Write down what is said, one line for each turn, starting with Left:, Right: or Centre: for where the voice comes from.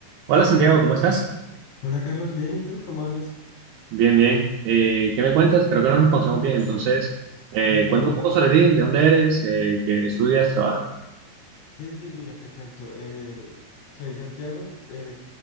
Right: Hola Santiago, ¿cómo estás?
Left: Hola Carlos, bien, ¿y tú? ¿Cómo andas?
Right: Bien, bien. Eh, ¿qué me cuentas? Creo que no nos conocemos bien, entonces
Left: Sí,
Right: eh, cuéntame
Left: no.
Right: un poco sobre ti, de dónde eres, eh, qué estudias, trabajas.
Left: Sí, sí, mira, te cuento. eh, soy Santiago, eh,